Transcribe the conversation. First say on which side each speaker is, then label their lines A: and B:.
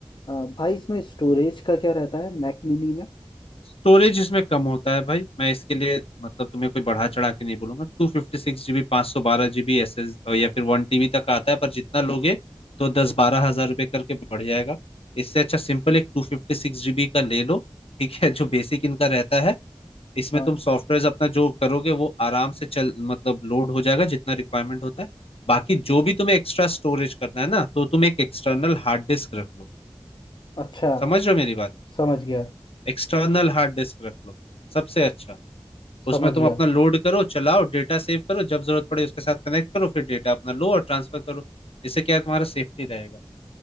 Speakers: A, on the left; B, on the left.
A: आ, भाई इसमें स्टोरेज का क्या रहता है मैक मिनी में
B: स्टोरेज इसमें कम होता है भाई मैं इसके लिए मतलब तुम्हें कोई बढ़ा चढ़ा के नहीं बोलूंगा टू फिफ्टी सिक्स जीबी पाँच सौ बारह जीबी एस एस या फिर वन टीबी तक आता है पर जितना लोगे तो दस बारह हजार रुपये करके बढ़ जाएगा इससे अच्छा सिंपल एक टू फिफ्टी सिक्स जीबी का ले लो ठीक है जो बेसिक इनका रहता है इसमें
A: हाँ
B: तुम सॉफ्टवेयर अपना जो करोगे वो आराम से चल मतलब लोड हो जाएगा जितना रिक्वायरमेंट होता है बाकी जो भी तुम्हें एक्स्ट्रा स्टोरेज करना है ना तो तुम एक एक्सटर्नल हार्ड डिस्क रख लो
A: अच्छा
B: समझ रहे हो मेरी बात
A: समझ गया
B: एक्सटर्नल हार्ड डिस्क रख लो सबसे अच्छा उसमें
A: समझ
B: तुम
A: गया
B: अपना लोड करो चलाओ डेटा सेव करो जब जरूरत पड़े उसके साथ कनेक्ट करो फिर डेटा अपना लो और ट्रांसफर करो इससे क्या है तुम्हारा सेफ्टी रहेगा